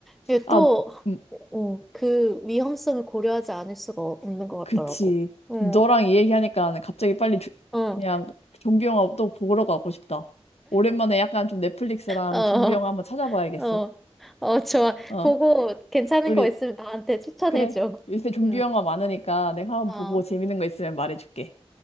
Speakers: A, in the centre; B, on the left.
A: 이게
B: 아,
A: 또,
B: 음,
A: 어, 그 위험성을 고려하지 않을 수가 없는 것
B: 그치.
A: 같더라고. 어,
B: 너랑 이 얘기하니까 갑자기 빨리 조-
A: 어,
B: 그냥 좀비 영화 또 보러 가고 싶다. 오랜만에 약간 좀 넷플릭스랑
A: 어.
B: 좀비 영화 한번 찾아봐야겠어.
A: 어, 어, 좋아.
B: 어,
A: 보고 괜찮은
B: 우리
A: 거 있으면 나한테 추천해줘.
B: 그래. 요새 좀비
A: 응,
B: 영화 많으니까 내가 한번
A: 어,
B: 보고 재밌는 거 있으면 말해줄게.